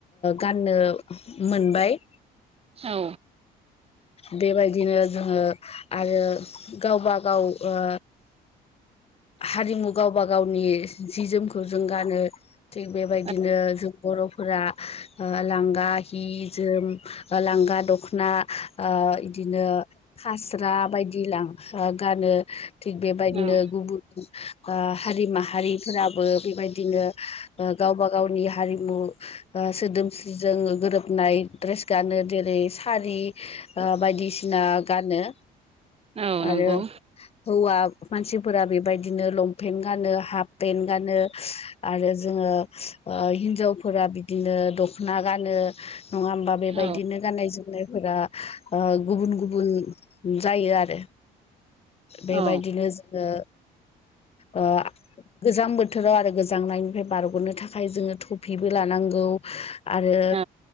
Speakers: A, on the left (about 35°); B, on the right (about 35°).
A: गाननो मोनबाय
B: औ
A: बेबायदिनो जोङो आरो गावबा गाव ओ हारि मुगाव बाग गावनि जि जोमखौ जों गानो थिग बेबायदिनो
B: औ
A: जों बर'फोरा लांगा हि जोम लांगा दख'ना ओ इदिनो हास्रा बायदि लां ओ गानो थिग बेबायदिनो
B: औ
A: गुबुन ओ हारि माहारिफोराबो बेबायदिनो गावबा गावनि हारिमु ओ सोदोमस्रिजों गोरोबनाय द्रेस गानो जेरै सारि ओ बायदिसिना गानो
B: औ नंगौ
A: आरो हौवा मानसिफोरा बेबायदिनो लं पेन्ट गानो हाफ पेन्ट गानो आरो जोङो हिनजावफोरा बिदिनो दख'ना गानो नङा होमबा बेबायदिनो
B: औ
A: गाननाय जोमनायफोरा ओ गुबुन गुबुन जायो आरो बेबायदिनो
B: औ
A: जोङो ओ गोजां बोथोराव आरो गोजांनायनिफ्राय बारग'नो थाखाय जोङो थफिबो लानांगौ। आरो
B: औ